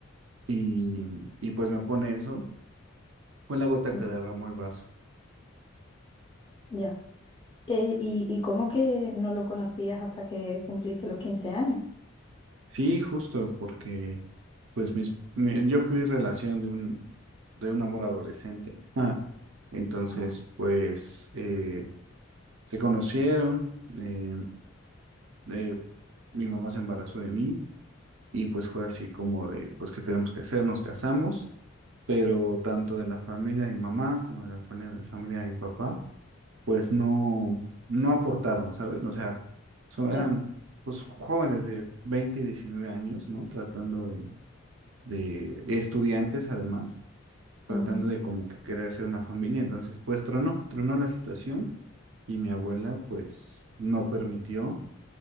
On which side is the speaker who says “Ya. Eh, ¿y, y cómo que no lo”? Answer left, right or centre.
Left